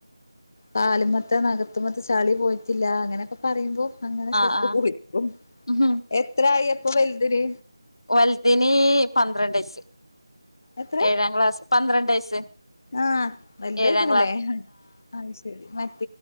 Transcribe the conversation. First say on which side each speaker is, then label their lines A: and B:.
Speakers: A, on the left; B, on the left.
A: കാലുമത്ത നഗത്തുമത്ത ചളി പോയിട്ടില്ല അങ്ങനെയൊക്കെ പറയുമ്പോ റ്റക്ക്
B: ആഹ് ആഹ്
A: കുളിക്കും
B: ഉം
A: എത്ര ആയി ഇപ്പോം വൽതിന്
B: വൽതിന് പന്ത്രണ്ട യിച്
A: എത്ര
B: ഏഴാം ക്ലാസ് പന്ത്രണ്ട് വയസ്സ്
A: ആഹ് വലുതായ്ക്കണിലേ
B: ഏഴാം
A: അത് ശരി മ